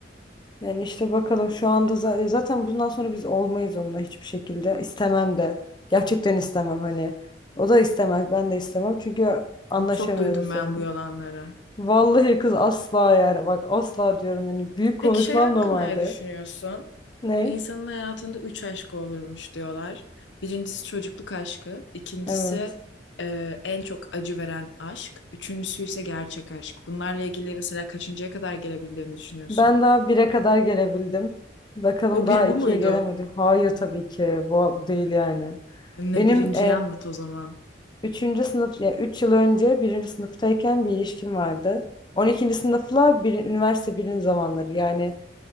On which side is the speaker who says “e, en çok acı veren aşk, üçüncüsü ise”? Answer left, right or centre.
Left